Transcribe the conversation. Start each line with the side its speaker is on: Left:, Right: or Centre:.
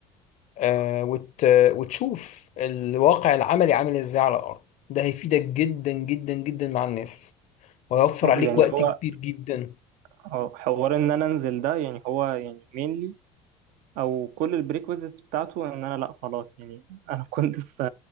Left: آه، وت... وتشوف الواقع العملي عامل ازاي على الأرض ده هيفيدك جدا جدا جدا مع الناس وهيوفر عليك
Right: يعني
Left: وقت
Right: هو
Left: كبير جدا
Right: اه حوار ان انا انزل ده يعني هو يعني مينلي او كل البريكوزيتس بتاعته ان انا لا خلاص يعني انا <laughs> كنت في